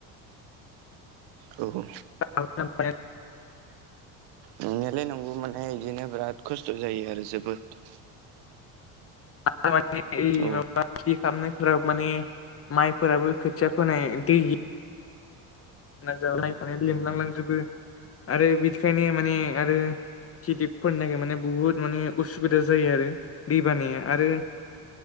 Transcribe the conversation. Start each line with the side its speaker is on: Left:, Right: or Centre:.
Right: औ
Left: <unintelligible>
Right: नंनायालाय नंगौ माने बिदिनो बिराद खस्थ' जायो आरो जोबोद।
Left: म <unintelligible> खेथि
Right: औ
Left: खालामनायफोराव माने माइफोराबो खोथिया फोनाय दै जाब नायनानै लोमलांलांजोबो आरो बिदिखायनो माने आरो खिथिफोरनि थाखाय माने बुहुत माने उसुबिदा जायो आरो दै बानाया आरो <inaudible>